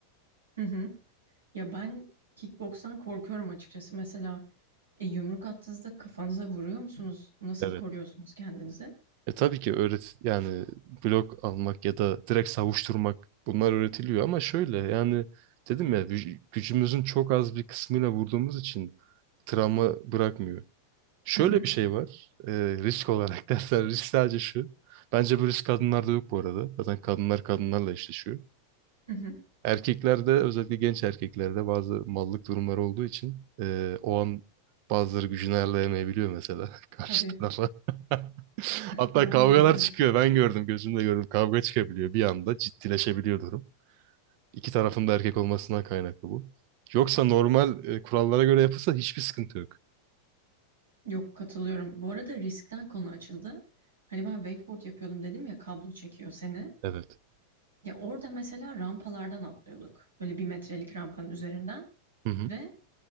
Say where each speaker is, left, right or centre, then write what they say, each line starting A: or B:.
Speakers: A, on the right (about 75°); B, on the right (about 45°).
A: Hı hı. Ya ben kickbokstan korkuyorum açıkçası. Mesela e, yumruk attığınızda kafanıza vuruyor musunuz? Nasıl
B: Evet.
A: koruyorsunuz kendinizi?
B: E tabii ki öğret yani blok almak ya da direkt savuşturmak bunlar öğretiliyor ama şöyle yani dedim ya vüc- gücümüzün çok az bir kısmıyla vurduğumuz için travma bırakmıyor. Şöyle
A: Hı hı,
B: bir şey var e, risk olarak <laughs> dersen risk sadece şu. Bence bu risk kadınlarda yok bu arada. Zaten kadınlar kadınlarla eşleşiyor.
A: hı hı.
B: Erkeklerde özellikle genç erkeklerde bazı mallık durumları olduğu için eee, o an bazıları gücünü ayarlayamayabiliyor mesela <laughs> karşı
A: Tabii
B: tarafa. <laughs> Hatta
A: tahmin
B: kavgalar
A: ediyorum.
B: çıkıyor. Ben gördüm, gözümle gördüm. Kavga çıkabiliyor bir anda. Ciddileşebiliyor durum. İki tarafın da erkek olmasından kaynaklı bu. Yoksa normal e, kurallara göre yapılsa hiçbir sıkıntı yok.
A: Yok katılıyorum. Bu arada riskten konu açıldı. Hani ben wakeboard yapıyordum dedim ya kablo çekiyor seni.
B: Evet.
A: Ya orada mesela rampalardan atlıyorduk. Böyle bir metrelik rampanın üzerinden.
B: Hı hı.
A: Ve